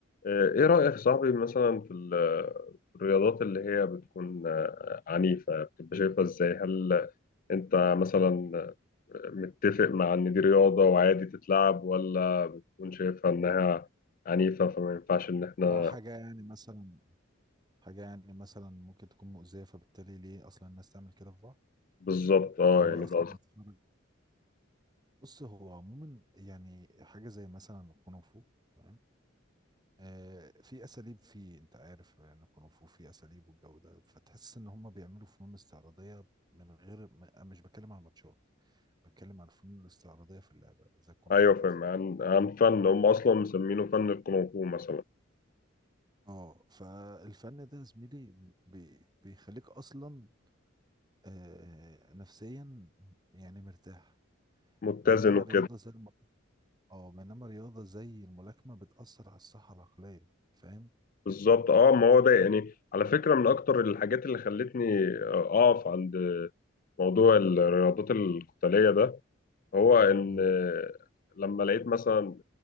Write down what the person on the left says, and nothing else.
آه، ايه رأيك يا صاحبي مثلا في ال- في الرياضات اللي هي بتكون آه، عنيفة بتبقى شايفها ازاي هل انت مثلا آه، متفق مع ان دي رياضة وعادي تتلعب ولا بتكون شايفها انها عنيفة فما ينفعش ان احنا
بالظبط اه
يعني
ده قصدي
ايوه
فاهم
عن عن فن هم اصلا مسمينه فن الكونغ فو مثلا
متزن
وكده
بالظبط اه ما هو ده يعني على فكرة من اكتر الحاجات اللي خلتني اقف عند موضوع الرياضات القتالية ده هو إن
لما لقيت مثلا